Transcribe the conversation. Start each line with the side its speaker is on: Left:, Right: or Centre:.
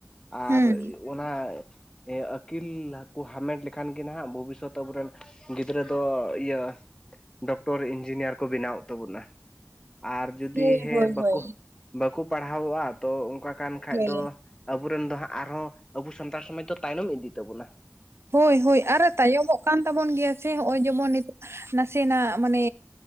Left: ᱟᱨ
Right: ᱦᱩᱸ
Left: ᱚᱱᱟ ᱟᱹᱠᱤᱞ ᱠᱚ ᱦᱟᱢᱮᱴ ᱞᱮᱠᱷᱟᱱ ᱜᱮ, ᱱᱷᱟᱜ ᱵᱷᱚᱵᱤᱥᱚᱛ ᱟᱵᱩ ᱨᱮᱱ ᱜᱤᱫᱽᱨᱟᱹ ᱫᱚ ᱤᱭᱟᱹᱼᱼ ᱰᱚᱠᱴᱚᱨ ᱤᱧᱡᱤᱱᱤᱭᱟᱨ ᱠᱚ ᱵᱮᱱᱟᱣᱚᱜ ᱛᱟᱵᱩᱱᱟ ᱾ ᱟᱨ ᱡᱩᱫᱤ
Right: ᱦᱳᱭ
Left: ᱦᱮᱸ
Right: ᱦᱳᱭ
Left: ᱵᱟᱠᱚᱼᱼ
Right: ᱦᱳᱭ
Left: ᱵᱟᱠᱩ ᱯᱟᱲᱦᱟᱣᱚᱜᱼᱟ ᱛᱚ ᱚᱱᱠᱟ ᱠᱟᱱ
Right: ᱦᱳᱭ
Left: ᱠᱷᱟᱡ ᱫᱚᱼᱼ ᱟᱵᱩᱨᱮᱱ ᱫᱚ ᱦᱟᱸᱜ ᱟᱨᱦᱚᱸ ᱟᱵᱩ ᱥᱟᱱᱛᱟᱲ ᱥᱚᱢᱟᱡᱽ ᱫᱚ ᱛᱟᱭᱱᱚᱢ ᱤᱫᱤᱜ ᱛᱟᱵᱩᱱᱟ ᱾
Right: ᱦᱳᱭ ᱦᱳᱭ, ᱟᱨᱚ ᱛᱟᱭᱚᱢᱚᱜ ᱠᱟᱱ ᱛᱟᱵᱚᱱ ᱜᱮᱭᱟ ᱥᱮ ᱦᱚᱸᱜᱼᱚᱭ ᱡᱮᱢᱚᱱ ᱱᱤᱛᱚᱜᱼᱼ ᱱᱟᱥᱮ ᱱᱟᱜ ᱢᱟᱱᱮᱼᱼ